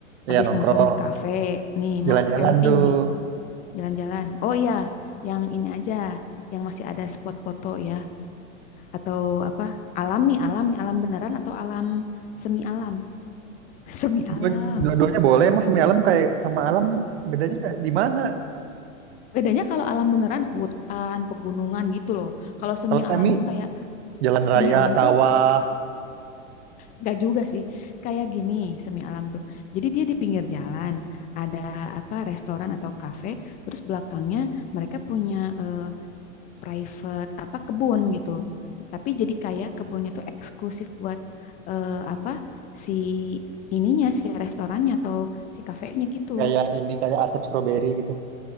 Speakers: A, on the right; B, on the left.
A: Iya
B: Habis
A: nongkrong,
B: nongkrong di kafe, nih
A: jalan-jalan
B: mau camping
A: tuh.
B: nih, jalan-jalan. Oh iya, yang ini aja, yang masih ada spot foto ya. Atau apa, alam nih, alam nih, alam beneran atau alam semi alam. <laughs> Semi alam.
A: Dua- Dua-duanya boleh. Emang semi alam kayak sama alam bedanya kayak di mana?
B: Bedanya kalau alam beneran hutan, pegunungan gitu loh. Kalau semi
A: Kalau semi
B: alam tuh kayak,
A: jalan raya,
B: semi alam
A: sawah,
B: tuh nggak juga sih, kayak gini semi alam tuh. Jadi dia di pinggir jalan, ada apa restoran atau kafe, terus belakangnya mereka punya eh, private apa kebun gitu. Tapi jadi kayak kebunnya tuh eksklusif buat eh, apa si ininya, si restorannya atau si kafenya gitu.
A: kayak ini kayak asap stroberi gitu.